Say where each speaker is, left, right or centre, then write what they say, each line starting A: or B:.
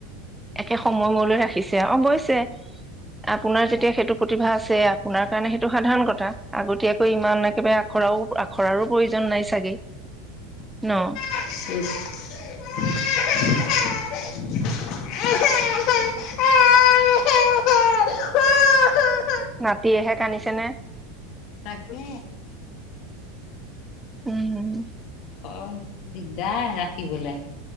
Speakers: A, in the centre; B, on the left.
A: একে সময়ময়লৈ ৰাখিছে অৱশ্যে আপোনাৰ যেতিয়া সেইটো প্ৰতিভা আছে আপোনাৰ কাৰণে সেইটো সাধাৰণ কথা আগতীয়াকৈ ইমান একেবাৰে আখৰাও আখৰাৰো প্ৰয়োজন নাই চাগে ন
B: চেচ আহা আ আহা আ উ এহে এহে এহে এহে হু হু
A: নাতিয়েহে কান্দিছেনে?
B: তাকে
A: উম উম
B: অহ দিগদাৰ ৰাখিবলে